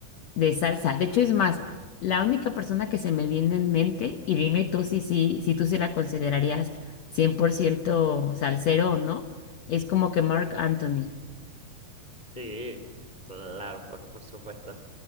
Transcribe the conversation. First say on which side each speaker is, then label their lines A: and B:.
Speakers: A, on the left; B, on the left.
A: de salsa. De hecho, es más, la única persona que se me viene en mente, y dime tú si, si, si tú sí la considerarías 100% salsero o no, es como que Mark Anthony.
B: Sí, claro, por, por supuesto.